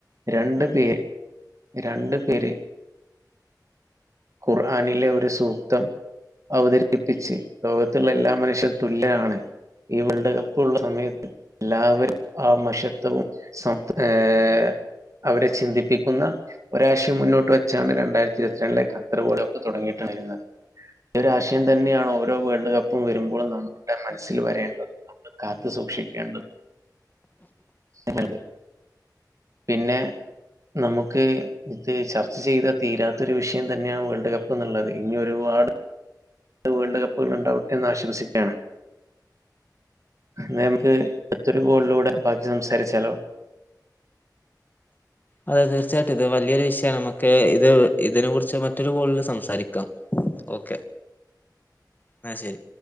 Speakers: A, on the right; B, on the left.
A: രണ്ട്പേർ രണ്ട്പേര് ഖുർആനിലെ ഒരു സൂക്തം അവതരിപ്പിച്ച് ലോകത്തുള്ള എല്ലാ മനുഷ്യർ തുല്യരാണ് ഈ വേൾഡ് കപ്പുള്ള സമയത്ത് എല്ലാവരും ആ മഷത്വവും സത് ഏഹ് അവരെ ചിന്തിപ്പിക്കുന്ന ഒരാശയം മുന്നോട്ട് വെച്ചാണ് രണ്ടായിരത്തിരുപത്തിരണ്ടിലെ ഖത്തർ വേൾഡ് കപ്പ് തുടങ്ങീട്ടു റയുന്നത് ഒരാശയം തന്നെയാണ് ഓരോ വേൾഡ് കപ്പും വരുമ്പോഴും നമ്മുടെ മന മനസ്സിൽ വരേണ്ടത് നമ്മൾ കാത്തു സൂക്ഷിക്കേണ്ടത് ചെലത് പിന്നെ നമുക്ക് ഇത് ചർച്ച ചെയ്താ തീരാത്തൊരു വിഷയം തന്നെയാണ് വേൾഡ് കപ്പ് എന്നുള്ളത് ഇനിയൊരുപാ പാട് വേൾഡ് കപ്പുകളുണ്ടാകട്ടെ എന്നാശംസിക്കുകയാണ്. എന്നാ നമുക്ക് മറ്റൊരു കോളിലൂടെ ബാക്കി സംസാരിച്ചാലോ
B: അതെ തീർച്ചയായിട്ടും ഇത് വലിയൊരു വിഷയമാണ്, നമുക്ക് ഇത് ഇതിനെ കുറിച്ച് മറ്റൊരു കോളിൽ സംസാരിക്കാം. ഓക്കെ ഇന്നാ ശരി